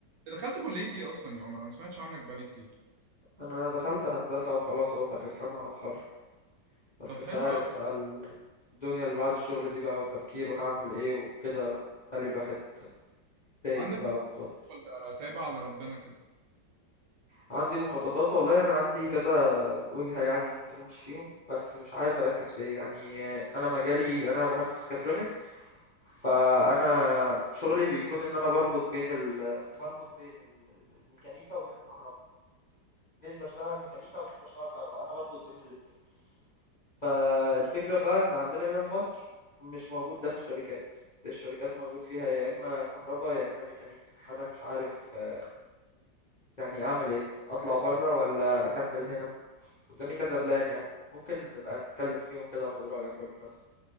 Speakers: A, on the right (about 75°); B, on the left (about 40°).
A: دخلت كليه ايه اصلا يا عمر انا ما سمعتش عنك بقالي كتير
B: انا دخلت هندسه وخلاص اهو في اخر سنه هتخرج بس
A: طب
B: انت
A: حلو
B: عارف
A: قوي
B: بقى ال- الدنيا اللي بعد الشغل دي بقى والتفكير وهعمل ايه وكده مخلي الواحد تايه
A: عندك
B: بقى ومتوتر
A: مشروع ولا سايبها على ربنا كده
B: عندي مخططات والله انا عندي كذا وجهه يعني ممكن امشي فيهم بس مش عارف اركز في ايه يعني آه، انا مجالي انا مهندس ميكاترونكس فأنا شغلي بيكون إن أنا باربط بين ال باربط بين ال ال الميكانيكا وبين الكهرباء مش باشتغل ميكانيكا ومش باشتغل كهرباء أنا بربط بين الاتنين فالفكرة بقى إن عندنا هنا في مصر مش موجود ده في الشركات الشركات موجود فيها يا إما كهرباء يا إما ميكانيكا فأنا مش عارف آه، يعني أعمل إيه أطلع بره ولا أكمل هنا قدامي كذا بلان يعني ممكن نبقى نتكلم فيهم كده وآخد رأيك بالمناسبة